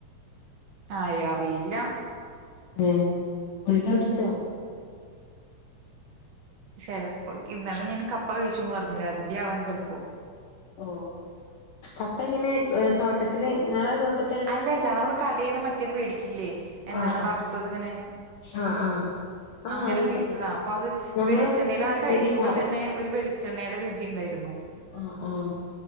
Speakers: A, on the right; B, on the left.
A: ആായ് അറിയില്ല.
B: ഹേ ഗുളികടിച്ചോ?
A: ചെലപ്പോ ഇന്നലെ ഞാൻ കപ്പ കഴിച്ചുന്നറഞ്ഞില്ലേ അതിന്റെ ആവാം ചെലപ്പോ.
B: ഓ അപ്പങ്ങനെ തോട്ടത്തില് ഇ ങ്ങളെ തോട്ടത്തി
A: അല്ലല്ല നമ്മള് കടെന്ന് മറ്റത് വേടിക്കില്ലേ എന്താണ്
B: ആഹ് ആഹ്
A: വറുത്തതിങ്ങനെ.
B: ആഹ് ആഹ് ആഹ്
A: അങ്ങനെ
B: ഇത്
A: മേടിച്ചത അപ്പത്
B: നമ്മളവിടെ
A: വെളിച്ചെണ്ണല്
B: ചോളപ്പൊരിന്ന്
A: കഴിക്മ്പോ
B: പറയും
A: തന്നെ. ഒരു വെളിച്ചെണ്ണേടെ രുചി ണ്ടായിരുന്നു.
B: ആഹ് ആഹ്.